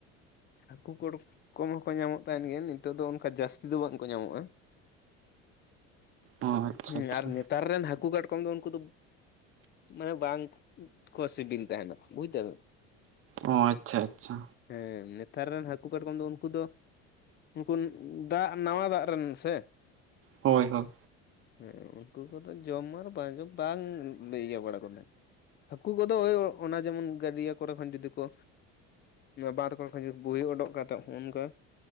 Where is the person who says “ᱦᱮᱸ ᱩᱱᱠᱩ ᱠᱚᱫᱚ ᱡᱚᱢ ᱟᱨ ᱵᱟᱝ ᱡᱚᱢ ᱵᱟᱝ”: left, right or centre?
Left